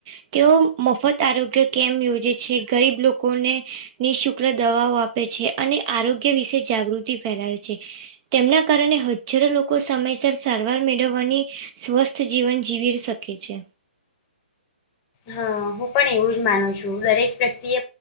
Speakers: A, on the right; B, on the left.
A: <unintelligible> આરોગ્ય કેમ્પ યોજે છે ગરીબ લોકોને નિઃશુલ્ક દવાઓ આપે છે. અને આરોગ્ય વિશે જાગૃતિ ફેલાવે છે. તેમના કારણે હજારો લોકો સમયસર સારવાર મેળવવાની સ્વસ્થ જીવન જીવી શકે છે.
B: હા હું પણ એવું જ માનું છું દરેક વ્યક્તિએ